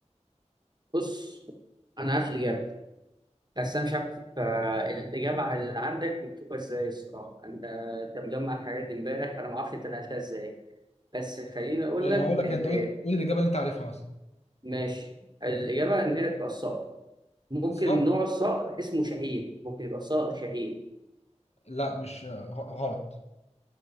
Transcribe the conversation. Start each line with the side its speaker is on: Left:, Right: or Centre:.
Right: بص انا عارف الاجابه بس انا مش عارف آه، الاجابه على اللي عندك مكتوبه ازاي الصراحه انت انت مجمع الحاجات دي امبارح فانا ما اعرفش انت نقلتها ازاي بس خليني اقول
Left: طيب
Right: لك
Left: هقول لك
Right: ان
Left: أنت قول قول الإجابة اللي أنت عارفها مثلا
Right: ماشي الاجابه ان هي تبقى الصقر ممكن
Left: الصقر
Right: نوع الصقر اسمه شاهين ممكن يبقى صقر شاهين
Left: لا مش آه، غ- غلط